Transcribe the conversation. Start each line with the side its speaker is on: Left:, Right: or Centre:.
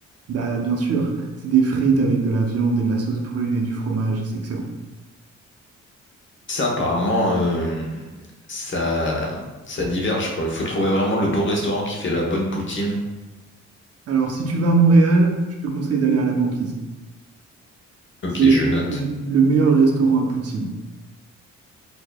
Right: bah, bien sûr, c'est des frites avec de la viande et de la sauce brune et du fromage, et c'est excellent.
Left: Ça apparemment euh, ça ça diverge quoi. Il faut trouver vraiment le bon restaurant qui fait la bonne poutine.
Right: Alors, si tu vas à Montréal, je te conseille d'aller à la banquise.
Left: Ok
Right: C'est
Left: je le note.
Right: le le meilleur restaurant à poutine.